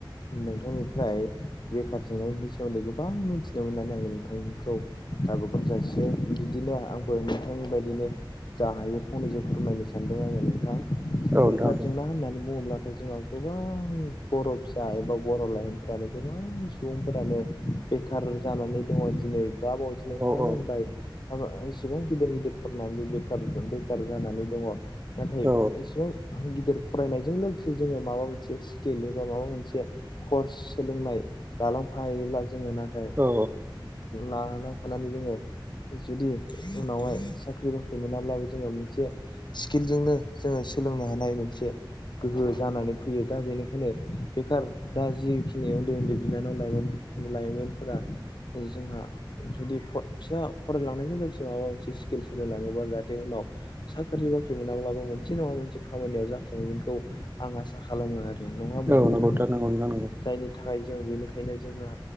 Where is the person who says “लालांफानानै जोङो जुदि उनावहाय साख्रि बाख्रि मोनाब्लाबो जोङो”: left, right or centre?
Left